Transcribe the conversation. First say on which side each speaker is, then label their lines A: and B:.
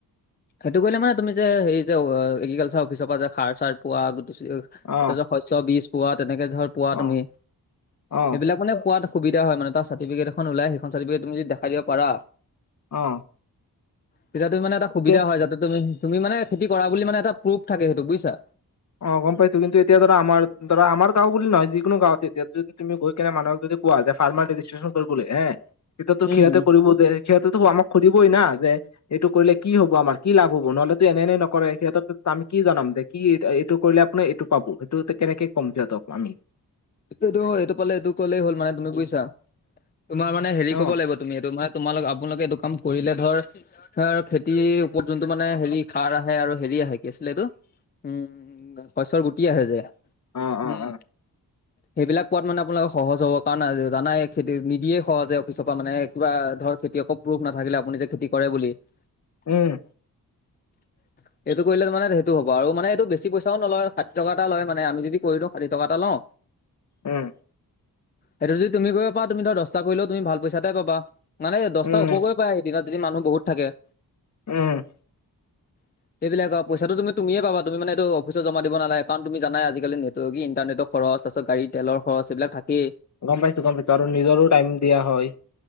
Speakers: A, on the left; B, on the left.
A: সেইটো কৰিলে মানে তুমি যে হেৰি যে এগ্ৰিকালচাৰ অফিচৰ পৰা যে সাৰ চাৰ পোৱা গুটি চুটি এইটো
B: অ
A: শস্য বীজ পোৱা তেনেকে ধৰ পোৱা তুমি
B: অ অ
A: সেইবিলাক মানে পোৱা সুবিধা হয় মান তাৰ চাৰ্টিফিকেট এখন ওলাই সেইখন চাৰ্টিফিকেট তুমি দেখাই দিব পাৰা
B: অ
A: তেতিয়াতো মানে এটা সুবিধা
B: এতিয়া
A: হয় যাতে তুমি তুমি মানে খেতি কৰা বুলি মানে এটা প্ৰুফ থাকে সেইটো বুইছা
B: অ গম পাইছো কিন্তু এতিয়া ধৰা আমাৰ ধৰা আমাৰ গাওঁ বুলি নহয় যিকোনো গাৱতে তেতিয়া যদি তুমি গৈ কিনে মানুহক যদি কোৱা যে ফাৰ্মাৰ ৰেজিষ্ট্ৰেশ্যন কৰিবলৈ হে তেতিয়া তো
A: উম।
B: সিহঁতে কৰিব দে সিহঁতেতো আমাক সুধিবই না যে এইটো কৰিলে কি হব আমাৰ কি লাভ হব নহ'লেতো এনে এনেই নকৰে সিহঁতক টো আমি কি জনাম দে কি এইট এইটো কৰিলে আপুনি এইটো পাব সেইটো কেনেকে কম সিহঁতক আমি
A: এইটো এইটো পালে এইটো কলেই হ'ল মানে তুমি বুইছা তোমাৰ মানে হেৰি
B: অ
A: কব লাগিব তুমি এইটো মানে তোমাল আপোনালোকে এইটো কাম কৰিলে ধৰ হয় আৰু খেতিৰ ওপৰত যোনটো মানে হেৰি সাৰ আহে আৰু হেৰি আহে কি আছিলে এইটো উম শস্যৰ গুটি আহে যে
B: অ অ
A: উম
B: অ
A: সেইবিলাক কোৱাত মানে আপোনালোকে সহজ হ'ব কাৰণ জানাই খেতি নিদিয়ে সহজে অফিচৰ পৰা মানে কিবা ধৰ খেতি অকৌ প্ৰুফ নাথাকিলে আপুনি যে খেতি কৰে বুলি
B: উম
A: <inaudible> এইটো কৰিলে মানে সেইটো হ'ব আৰু মানে এই বেছি পইচাও নলয় ষাঠি টকা এটা লয় মানে আমি যদি কৰি দিওঁ ষাঠি টকা তালও
B: উম
A: সেইটো যদি তুমি কৰিব পা তুমি ধৰ দহটা কৰিলেও তুমি ভাল পইচা এতাই পাবা মানে দহটা
B: উম
A: উপ গৈ পাই এদিনত যদি মানুহ বহুত থাকে
B: উম
A: <inaudible> সেইবিলাক আ পইচাটো তুমি তুমিয়ে পাবা তুমি মানে এইটো অফিচত জমা দিব নালাগে কাৰণ তুমি জানাই আজি কালি নেটৰ কি ইণ্টাৰনেট খৰচ তাৰপাছত গাড়ী তেলৰ খৰচ এইবিলাক থাকেই
B: গম পাইছো গম পাইছো আৰু নিজৰো টাইম দিয়া হয়